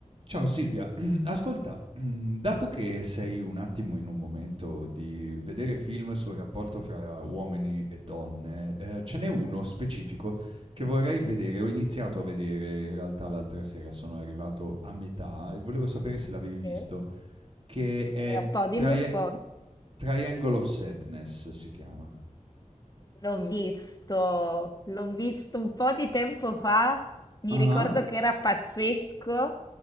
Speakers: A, on the right (about 45°); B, on the left (about 30°).
A: Ciao Silvia, <clears throat> ascolta, mhmm, dato che sei un attimo in un momento di vedere film sul rapporto fra uomini e donne, ehm, ce n'è uno specifico che vorrei vedere. Ho iniziato a vedere in realtà l'altra sera, sono arrivato a metà e volevo sapere se l'avevi visto,
B: Eh,
A: che è
B: Dimmi un po', dimmi
A: Trie
B: un po'.
A: Triangle of Sadness si chiama.
B: L'ho visto, l'ho visto
A: Mh.
B: un po' di tempo fa, mi
A: Ah-ah,
B: ricordo che era pazzesco.